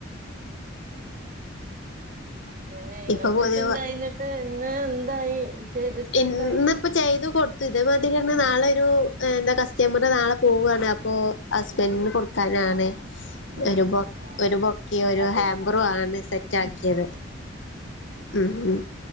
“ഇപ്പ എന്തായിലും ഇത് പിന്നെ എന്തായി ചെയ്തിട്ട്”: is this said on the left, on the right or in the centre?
Right